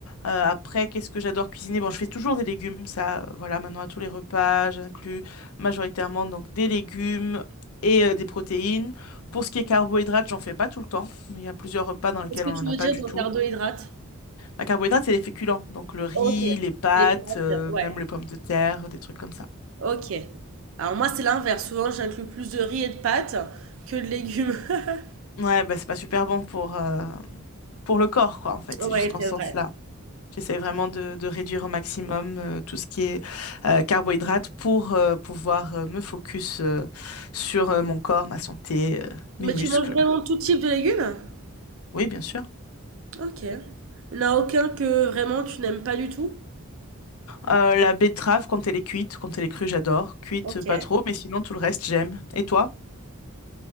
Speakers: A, on the left (about 85°); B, on the right (about 70°).
A: Euh, après, qu'est-ce que j'adore cuisiner? Bon, je fais toujours des légumes, ça, euh, voilà, maintenant à tous les repas, j'inclus majoritairement donc des légumes et euh, des protéines. Pour ce qui est carbohydrates, j'en fais pas tout le temps. Il y a plusieurs repas dans lesquels
B: Qu'est-ce que
A: on
B: tu
A: n'en
B: veux
A: a pas
B: dire
A: du
B: ton
A: tout.
B: carbohydrate?
A: La carbohydrate, c'est les féculents, donc le riz,
B: Ok,
A: les pâtes,
B: les pâtes,
A: euh,
B: ouais.
A: même les pommes de terre, des trucs comme ça.
B: Ok. Alors moi, c'est l'inverse. Souvent, j'inclus plus de riz et de pâtes que de légumes. <laughs>
A: Ouais, bah c'est pas super bon pour, euh, pour le corps, quoi, en fait,
B: Ouais,
A: c'est juste en
B: c'est
A: ce sens-là.
B: vrai.
A: J'essaie vraiment de, de réduire au maximum euh, tout ce qui est euh, carbohydrate pour euh, pouvoir euh, me focus euh, sur euh, mon corps, ma santé, euh,
B: Mais
A: mes muscles.
B: tu manges vraiment tout type de légumes?
A: Oui, bien sûr.
B: Ok. Il n'y en a aucun que vraiment tu n'aimes pas du tout?
A: Euh, la betterave, quand elle est cuite, quand elle est crue, j'adore. Cuite,
B: Ok.
A: euh, pas trop, mais sinon tout le reste, j'aime. Et toi?